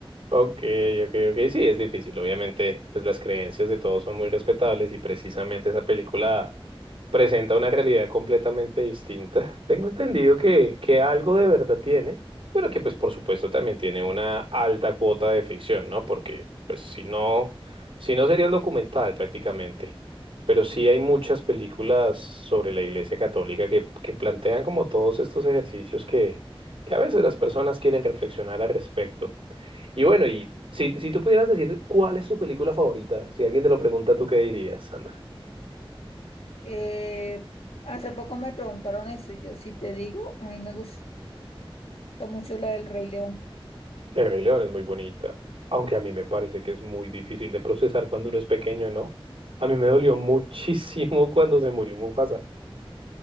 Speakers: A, on the right; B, on the left.
A: Ok, ok, ok. Sí, es difícil. Obviamente, pues las creencias de todos son muy respetables y precisamente esa película presenta una realidad completamente distinta. Tengo entendido que, que algo de verdad tiene, pero que pues por supuesto también tiene una alta cuota de ficción, ¿no? Porque pues si no, si no sería un documental prácticamente. Pero sí hay muchas películas sobre la Iglesia Católica que, que plantean como todos estos ejercicios que, que a veces las personas quieren reflexionar al respecto. Y bueno, y si, si tú pudieras decir cuál es tu película favorita, si alguien te lo pregunta, ¿tú qué dirías, Sandra?
B: Eh, hace poco me preguntaron eso y yo si te digo, a mí me gusta mucho la del Rey León.
A: El Rey León es muy bonita, aunque a mí me parece que es muy difícil de procesar cuando uno es pequeño, ¿no? A mí me dolió <laughs> muchísimo cuando se murió Mufasa.